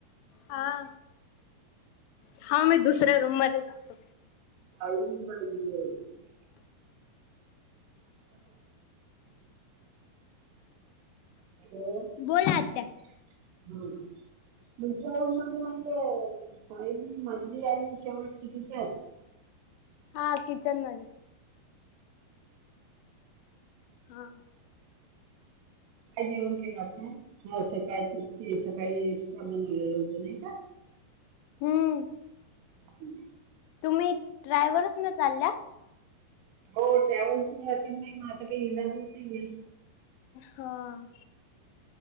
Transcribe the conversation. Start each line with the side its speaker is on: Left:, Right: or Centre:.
Left: हा. हा मी दुसऱ्या रूममध्ये जातो.
Right: <unintelligible> हॅलो. हॅलो हम्म.
Left: बोला आत्या
Right: दुसऱ्या रूममध्ये म्हणजे पहिली, मधली आणि शेवटची किचन.
Left: हा किचनमध्ये. हा.
Right: काय जेवण केलं आता? हो सकाळच ते सकाळी एक्स्ट्रा बनवलेलं होत नाही का?
Left: हम्म.
Right: हम्म.
Left: तुम्ही ट्रॅव्हल्सनं चालल्या?
Right: हो ट्रॅव्हल्स जाते ना, मग आता काही इलाजच नाही आहे.
Left: हा.